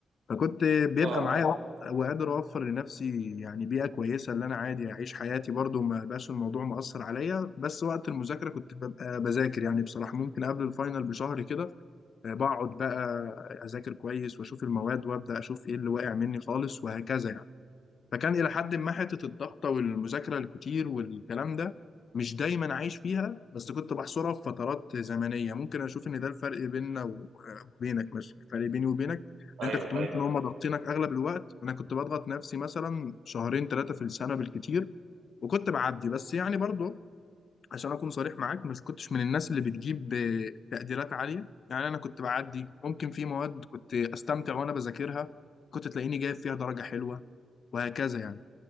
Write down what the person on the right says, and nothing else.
اه
ايوه
ايوه